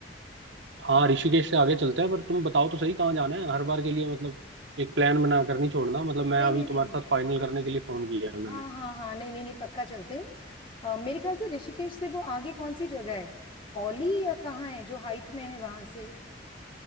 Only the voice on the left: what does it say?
नहीं
नहीं नहीं
नहीं
हाँ हाँ हाँ नहीं नहीं नहीं पक्का चलते हैं अ, मेरे ख्याल से ऋषिकेश से वो आगे कौन सी जगह है औली या कहाँ है जो हाइट में है वहां से